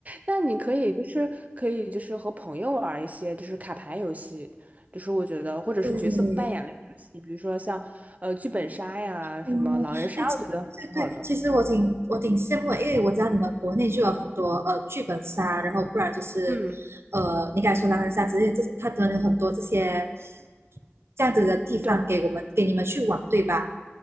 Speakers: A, on the right (about 40°); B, on the right (about 80°).
A: 那你可以就是可以就是和朋友玩儿一些就是卡牌游戏，就是我觉得或者是角色扮演类游戏，
B: 对，
A: 比如说像呃剧本杀呀，什么狼人杀，
B: 嗯，哎，
A: 我觉得挺好的。
B: 对对，其实我挺我挺羡慕的因为我知道你们国内就有很多呃剧本杀，然后不然就是
A: 嗯，
B: 呃你敢说狼人杀之类的，这它真的有很多这些这样子的地方给我们给你们去玩，
A: 对，
B: 对吧？